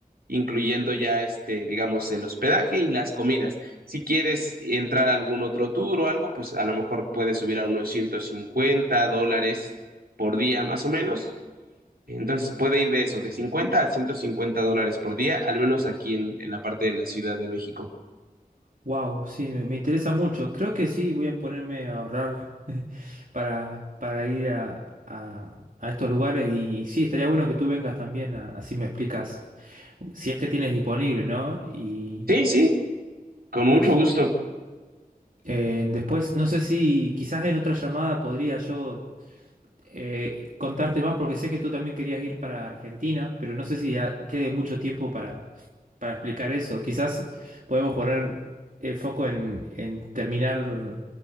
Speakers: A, on the right; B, on the right.
A: incluyendo ya, este, digamos, el hospedaje y las comidas. Si quieres entrar a algún otro tour o algo, pues a lo mejor puedes subir a unos 150 dólares por día, más o menos. Entonces puede ir de eso, de 50 a 150 dólares por día, al menos aquí en en la parte de la Ciudad de México.
B: Wow, sí, me, me interesa mucho. Creo que sí, voy a ponerme a ahorrar <laughs> para, para ir a, a- a estos lugares y, sí, estaría bueno que tú vengas también, a- así me explicas, si es que tienes disponible, ¿no? Y
A: Sí, sí, Con
B: no
A: mucho
B: sé.
A: gusto.
B: Eh, después, no sé si quizás en otra llamada podría yo eh, contarte más, porque sé que tú también querías ir para Argentina, pero no sé si ya quede mucho tiempo para explicar eso. Quizás podemos poner el foco en, en terminar